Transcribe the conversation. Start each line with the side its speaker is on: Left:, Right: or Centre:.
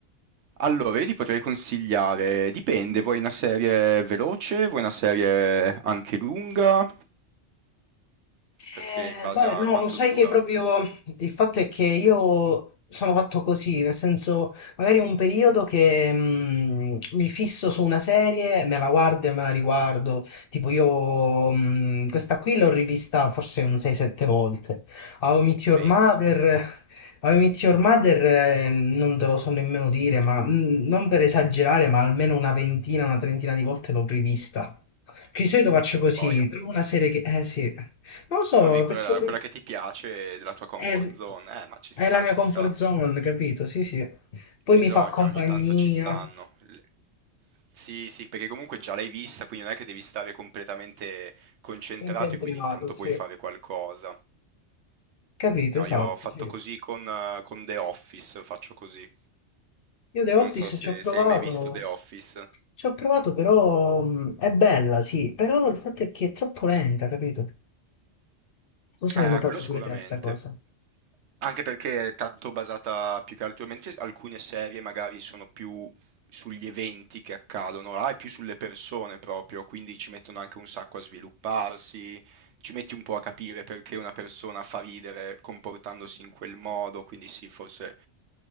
Right: Allora, io ti potrei consigliare, dipende, vuoi una serie veloce, vuoi una serie anche lunga,
Left: Eh,
Right: perché in base
Left: beh,
Right: a
Left: no,
Right: quanto
Left: lo sai
Right: dura,
Left: che proprio il fatto è che io sono fatto così, nel senso, magari un periodo che mh, mi fisso su una serie, me la guardo e me la riguardo. Tipo io mh, questa qui l'ho rivista forse un 6-7 volte. How I Met Your
Right: pensa,
Left: Mother, How I Met Your Mother, eh, non te lo so nemmeno dire, ma mh, non per esagerare, ma almeno una ventina, una trentina di volte l'ho rivista. Di solito faccio così,
Right: boia.
Left: trovo una serie che... Eh sì. Non lo so,
Right: Trovi quella,
Left: perché
Right: quella che ti piace della tua comfort
Left: è,
Right: zone. Eh, ma ci
Left: è
Right: sta,
Left: la mia
Right: ci
Left: comfort
Right: sta.
Left: zone, capito? Sì, sì. Poi
Right: Bisogna,
Left: mi fa compagnia,
Right: ogni tanto ci stanno. Le- Sì, sì, perché comunque già l'hai vista, quindi non è che devi stare completamente concentrato
Left: anche in
Right: e
Left: privato,
Right: quindi intanto
Left: sì.
Right: puoi fare qualcosa.
Left: Capito,
Right: No,
Left: esatto,
Right: io ho fatto
Left: sì.
Right: così con, eh, con The Office, faccio così.
Left: Io The Office
Right: Non so se,
Left: ci ho provato,
Right: se hai mai visto The Office.
Left: ci ho provato però mh, è bella, sì, però il fatto è che è troppo lenta, capito? Tu se
Right: Eh,
Left: l'hai notata
Right: quello sicuramente.
Left: pure te sta cosa.
Right: Anche perché è tanto basata più che altro, mentre alcune serie magari sono più sugli eventi che accadono, là è più sulle persone proprio, quindi ci mettono anche un sacco a svilupparsi, ci metti un po' a capire perché una persona fa ridere comportandosi in quel modo, quindi sì, forse